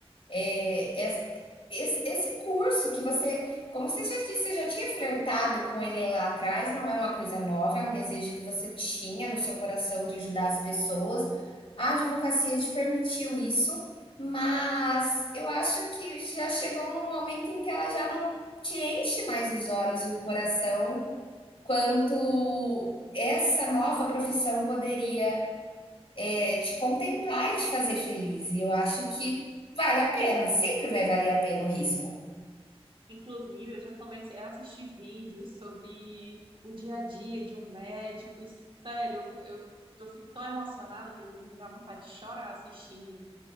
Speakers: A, on the left (about 60°); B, on the right (about 55°).
A: é, es- es- esse curso que você, como você já disse, você já tinha flertado com ele lá atrás, não é uma coisa nova, é um desejo que você tinha no seu coração de ajudar as pessoas. A advocacia te permitiu isso, mas eu acho que já chegou num momento em que ela já não te enche mais os olhos e o coração quanto essa nova profissão poderia é te contemplar e te fazer feliz. E eu acho que vale a pena, sempre vai valer a pena o risco.
B: Inclusive, eu já comecei a assistir vídeos sobre o dia a dia de um médico, e, sério, eu, eu fico tão emocionada que às vezes me dá vontade de chorar assistindo.